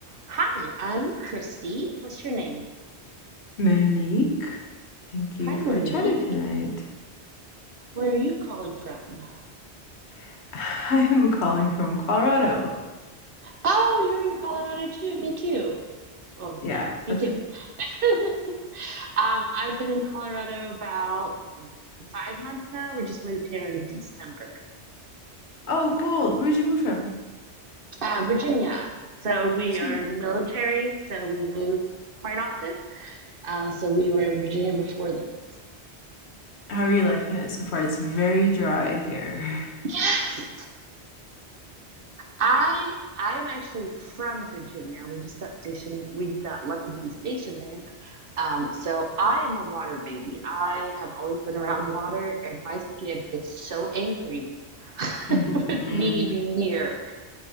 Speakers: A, on the right (about 55°); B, on the left (about 75°).
A: Hi, I'm Christy. What's your name?
B: Monique, thank you
A: Hi, Monique.
B: for chatting tonight.
A: Where are you calling from?
B: <laughs> I am calling from Colorado.
A: Oh, you're in Colorado too. Me too. Well,
B: Yeah.
A: yeah, me
B: that's-
A: too. <laughs> Um, I've been in Colorado about five months now. We just moved here in December.
B: Oh, cool. Where'd you move from?
A: Uh, Virginia. So we
B: Sweet.
A: are military, so we move quite often. Uh, so we were in Virginia before this.
B: How
A: So
B: are you liking it so far? It's very dry here.
A: yes, I I'm actually from Virginia. We just got stationed. We got lucky to be stationed there Um, so I am a water baby. I have always been around water, and my skin is so angry <laughs>
B: <laughs> hmm
A: with me being here.